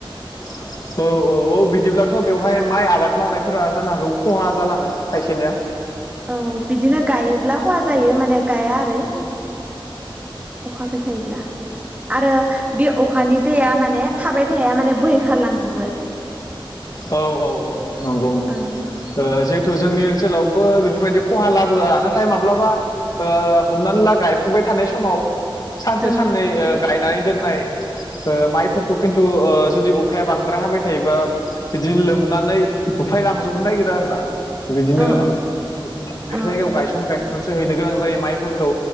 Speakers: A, on the left; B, on the right.
A: <unintelligible> औ औ औ बिदिब्लाथ' बेवहाय माइ आबाद मावनायफोरा जानो हागौ खहा जालाङो खायसेनिया?
B: औ बिदिनो गायोब्ला हया जायो माने गाया आरो। अखा हाबाय थायोब्ला आरो बे अखानि दैया माने थाबाय थाया माने बोहैखारलांजोबो
A: औ औ औ नंगौ नंगौ
B: ओ
A: ओ जे जोंनि ओनसोलावबो बेफोरबायदि खहा लाबोआ नाथाय माब्लाबा ओ हमनानै ला गायफुबाय थानाय समाव सानसे
B: औ
A: साननै ओ गायनानै दोननाय ओ माइफोरखौ खिन्थु ओ जुदि अखाया बांद्राय हाबाय थायोबा बिदिनो लोमनानै बुफायलांजोबनो नागिरो आरो ना बिदिनो
B: औ
A: बे
B: औ
A: जायगायाव गायसन गायसनसो हैनो गोनां जायो माइफोरखौ